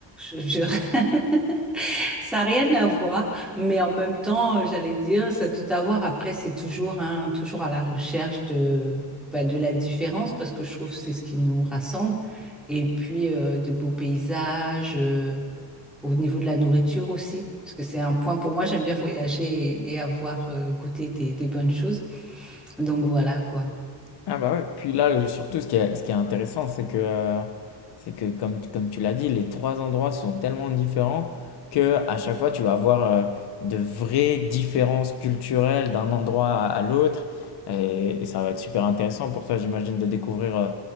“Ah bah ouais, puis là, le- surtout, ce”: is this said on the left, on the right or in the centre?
Left